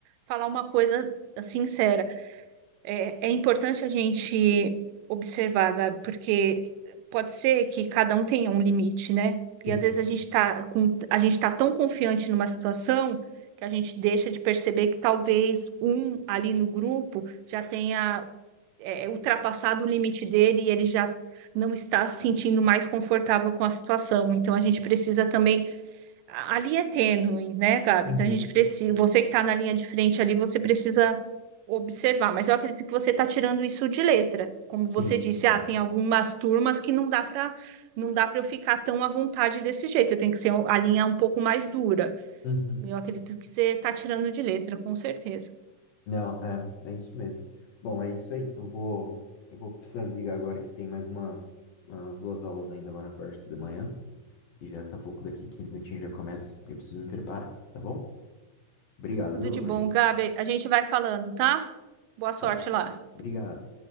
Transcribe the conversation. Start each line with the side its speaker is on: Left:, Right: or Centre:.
Right: falar uma coisa eh, sincera. É, é importante a gente observar, Gabi, porque pode ser que cada um tenha um limite, né? E
Left: Sim.
Right: às vezes a gente está com, a gente está tão confiante numa situação que a gente deixa de perceber que talvez um ali no grupo já tenha é, é ultrapassado o limite dele e ele já não está se sentindo mais confortável com a situação. Então a gente precisa também. a- Ali é tênue, né, Gabi?
Left: Uhum.
Right: Então a gente precisa. Você que está na linha de frente ali, você precisa observar. Mas eu acredito que você está tirando isso de letra. Como você
Left: Sim,
Right: disse,
Left: sim.
Right: ah, tem algumas turmas que não dá para não dá para eu ficar tão à vontade desse jeito. Eu tenho que ser um, a linha um pouco mais dura.
Left: Uhum.
Right: Eu acredito que você está tirando de letra, com certeza.
Left: Não, é, é isso mesmo. Bom, é isso aí. Eu vou, eu vou precisar desligar agora que tem mais uma, umas duas aulas ainda agora na parte da manhã. E já daqui a pouco, daqui 15 minutinhos já começa. Eu preciso me preparar, tá bom? Obrigado,
Right: Tudo
Left: viu?
Right: de
Left: Uri?
Right: bom, Gabi. A gente vai falando, tá? Boa sorte
Left: Tá.
Right: lá.
Left: Obrigado.